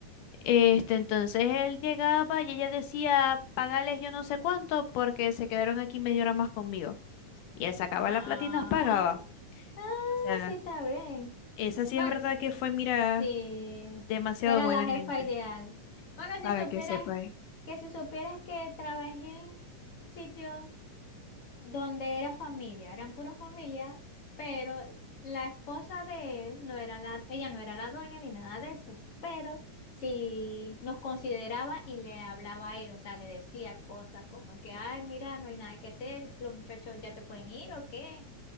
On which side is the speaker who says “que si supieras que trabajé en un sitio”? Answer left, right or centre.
Left